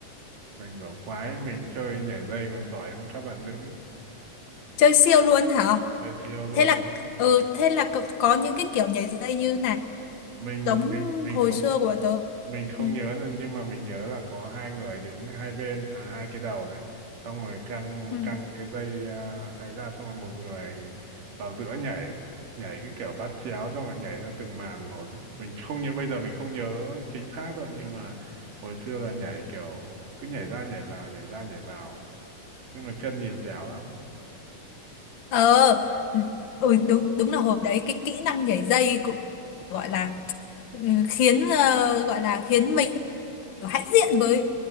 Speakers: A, on the right; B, on the left.
A: mình bảo quái mình chơi nhảy dây còn giỏi hơn các bạn nữ
B: Chơi siêu luôn hả?
A: chơi siêu luôn
B: Thế là ờ, thế là cậu có những cái kiểu nhảy dây như này
A: mình
B: giống
A: mình mình
B: hồi
A: không
B: xưa của bọn tớ.
A: mình không
B: Ừ.
A: nhớ là- nhưng mà mình nhớ là có hai người đứng hai bên à, hai cái đầu này xong rồi căng
B: Ừ.
A: căng cái dây à, ấy ra xong rồi một người vào giữa nhảy nhảy cái kiểu bắt chéo xong rồi nhảy theo từng màn một ấy mình không nhớ bây giờ mình không nhớ chính xác đâu nhưng mà hồi xưa là nhảy kiểu cứ nhảy ra nhảy vào nhảy ra nhảy vào nhưng mà chân nhìn dẻo lắm
B: Ờ, ừ, đúng đúng là hồi đấy cái kỹ năng nhảy dây cũng gọi là ừ, khiến ờ, gọi là khiến mình hãnh diện với